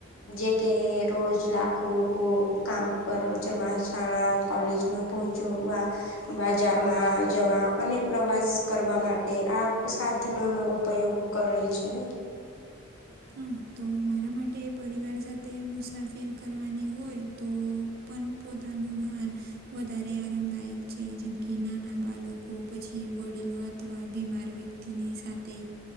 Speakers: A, on the left; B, on the right.
A: જે કે રોજ લાખો લોકો કામ પર જવા શાળા કોલેજમાં પહોચવા બજારમાં જવા અને પ્રવાસ કરવા માટે આ સાધનોનો ઉપયોગ કરે છે ને,
B: હ તો મારા માટે પરિવાર સાથે મુસાફિર કરવાની હોય તો, પણ પોતાનું વાન વધારે આરામદાયક છે જેમ કે નાના બાલકો પછી વડીલો અથવા બીમાર વ્યક્તિ ને સાથે